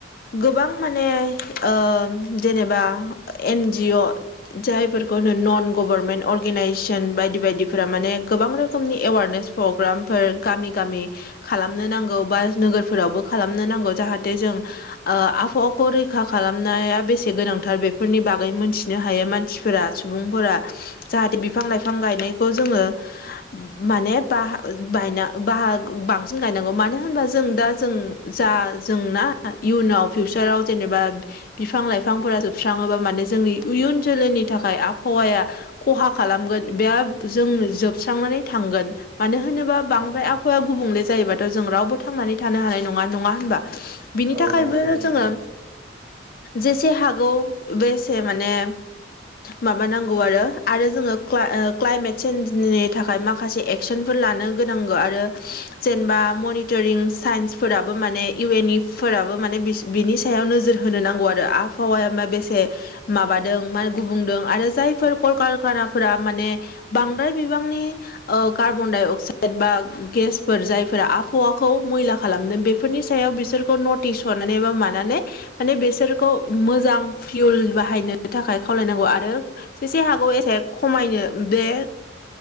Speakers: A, on the left (about 50°); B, on the right (about 75°).
A: गोबां माने ओ जेनेबा एन जि अ जायफोरखौनो न'न गभारनमेन्ट अर्गेनाइजेसन बायदि बायदिफोरा माने गोबां रोखोमनि एवारनेस प्रग्रामफोर गामि गामि खालामनो नांगौ बा नोगोरफोरावबो खालामनो नांगौ जाहाथे जों ओ आबहावाखौ रैखा खालामनाया बेसे गोनांथार बेफोरनि बागै मोनथिनो हायो मान सिफोरा सुबुंफोरा जाहाथे बिफां लाइफां गायनायखौ जोंङो माने बाहा बायना बाहाग बांसिन गायनांगौ मानो होनबा जों दा जों जा जोंना आ इयुनाव फिउचाराव जेनेबा बिफां लाइफांफोरा जोबस्रांङोबा माने जोंनि उयुन जोलैनि थाखाय आफावाया खहा खालामगोन बेयाब जों जोबस्रांनानै थांगोन। मानो होनोबा बांद्राय
B: औ औ
A: आबहावाया गुबुंले जायोबाथ' जों रावबो थांनानै थानो हानाय नंङा नंङा होनबा? बिनि
B: औ
A: थाखायबोरो
B: नंगौ सैथो नोंथां
A: जोंङो जेसे हागौ बेसे माने माबा नां गौ आरो आरो जोंङो क्ला क्लाइमेट चेन्जनि थाखाय माखासे एक्सनफोर लानो गोनांगौ आरो जेनेबा मनिटरिं साइन्सफोराबो माने इउ एन इ फोराबो माने बिसि बिनि सायाव नोजोर होनो नांगौ आरो आबहावाया मा बेसे माबादों मा गुबुंदों आरो जायफोर कलकारखानाफोरा माने बांद्राय बिबांनि ओ कार्बन डाइ अक्साइड बा गेसफोर जायफोरा आबहावाखौ मैला खालामदों बे फोरनि सायाव बिसोरखौ नटिस हरनानै बा मानानै माने बेसोरखौ मोजां फिउल बाहायनो थाखाय खावलायनांगौ आरो जेसे हागौ एसे खमायनो बे